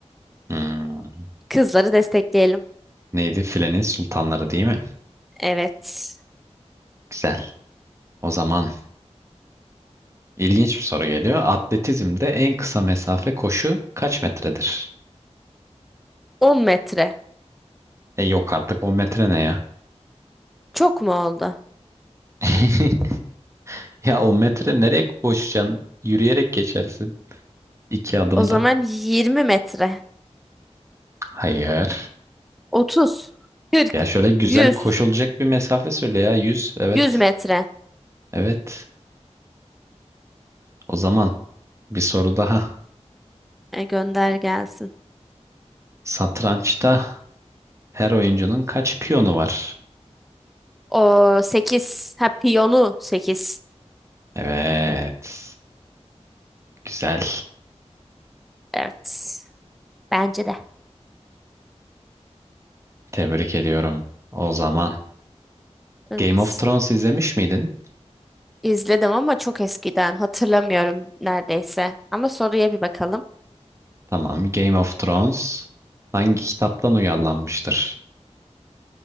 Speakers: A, on the right; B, in the centre.
A: Hmm,
B: Kızları destekleyelim.
A: neydi? Filenin sultanları değil mi?
B: Evet.
A: Güzel. O zaman ilginç bir soru geliyor. Atletizmde en kısa mesafe koşu kaç metredir?
B: 10 metre.
A: E yok artık 10 metre ne ya?
B: Çok mu oldu?
A: <laughs> Ya o metre nereye koşacaksın? Yürüyerek geçersin. iki adımda.
B: O zaman 20 metre.
A: Hayır.
B: 30, 40,
A: Ya şöyle güzel
B: 100
A: koşulacak bir mesafe söyle ya. yüz. Evet.
B: 100 metre.
A: Evet. O zaman bir soru daha.
B: E, gönder gelsin.
A: Satrançta her oyuncunun kaç piyonu var?
B: O 8, Ha piyonu 8.
A: Evet. Güzel.
B: Evet. Bence de.
A: Tebrik ediyorum. O zaman
B: Evet.
A: Game of Thrones izlemiş miydin?
B: İzledim ama çok eskiden. Hatırlamıyorum neredeyse. Ama soruya bir bakalım.
A: Tamam. Game of Thrones hangi kitaptan uyarlanmıştır?